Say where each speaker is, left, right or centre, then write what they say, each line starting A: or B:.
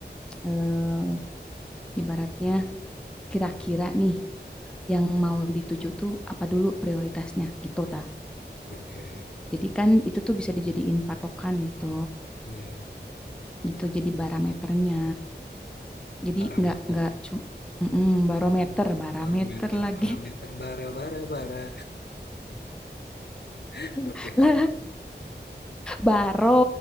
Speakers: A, in the centre; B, on the left.
A: eh, ibaratnya kira-kira nih yang mau dituju tuh apa dulu prioritasnya gitu ta.
B: oke
A: Jadi kan itu tuh bisa dijadiin patokan gitu.
B: ya
A: gitu jadi barometernya jadi
B: barometer
A: nggak nggak cuma barometer barometer
B: barometer
A: lagi
B: barometer bara bara bara <laughs>
A: <laughs>
B: oke
A: Lah, baro